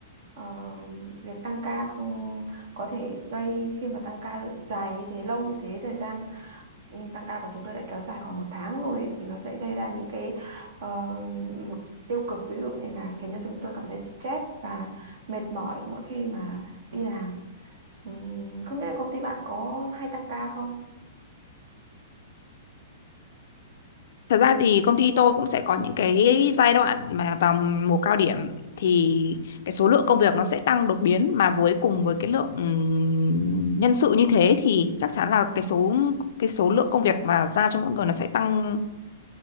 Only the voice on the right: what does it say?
Ờ, việc tăng ca cũng có thể gây khi mà tăng ca dài như thế lâu như thế thời gian ừ, tăng ca của chúng tôi đã kéo dài khoảng một tháng rồi ấy, thì nó sẽ gây ra những cái ờ, mặt tiêu cực ví dụ như là khiến cho chúng tôi cảm thấy stress và mệt mỏi mỗi khi mà đi làm Ừm, không biết là công ty bạn có hay tăng ca không?